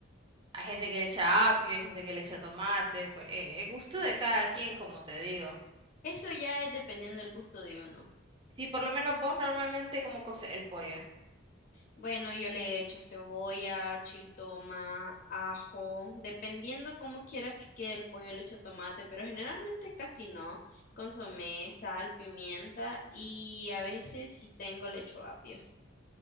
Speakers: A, on the right; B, on the left.
A: Hay gente que le echa apio, hay gente que le echa tomate, pues eh, el gusto de cada quien, como te digo.
B: Eso ya es dependiendo del gusto de uno.
A: Sí, por lo menos vos normalmente como coce el pollo.
B: Bueno, yo le he hecho cebolla, chiltoma, ajo, dependiendo cómo quiera que quede el pollo, le echo tomate, pero generalmente casi no. Consomé, sal, pimienta y a veces si tengo le echo apio.